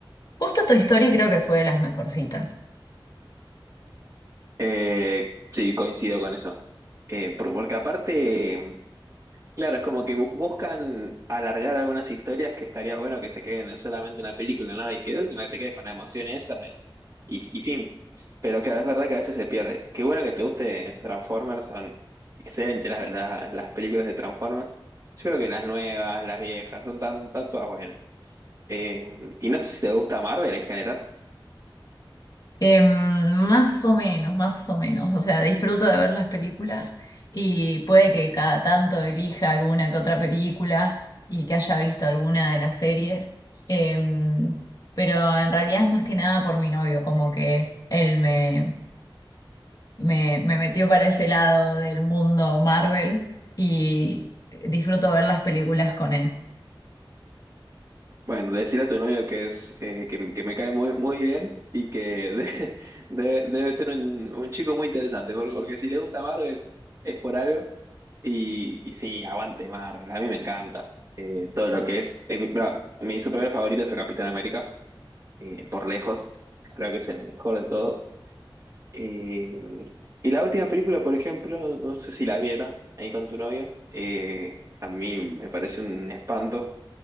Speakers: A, on the left; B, on the right.
A: Justo Toy Story creo que fue de las mejorcitas.
B: Eh, sí, coincido con eso. Eh, por- porque aparte. Claro, es como que bu- buscan alargar algunas historias que estaría bueno que se queden en solamente una película, ¿no? Y que de última te quedes con la emoción esa y, y, y fin. Pero claro, es verdad que a veces se pierde. Qué bueno que te guste Transformers, son excelentes las, las, las películas de Transformers. Yo creo que las nuevas, las viejas, son tan, tan todas buenas. Eh, y no sé si te gusta Marvel en general.
A: Em, más o menos, más o menos. O sea, disfruto de ver las películas y puede que cada tanto elija alguna que otra película y que haya visto alguna de las series. Em, pero en realidad es más que nada por mi novio, como que él me, me, me metió para ese lado del mundo Marvel y disfruto ver las películas con él.
B: Bueno, decirle a tu novio que es eh, que, que me cae muy, muy bien y que de- <laughs> de- debe ser un, un chico muy interesante, porque porque, si le gusta Marvel es por algo y, y sí, aguante Marvel, a mí me encanta eh, todo lo que es. eh, mi, mira, mi superhéroe favorito es el Capitán América, eh, por lejos, creo que es el mejor de todos. Eh, y la última película, por ejemplo, no sé si la vieron ahí con tu novio, eh, a mí me parece un espanto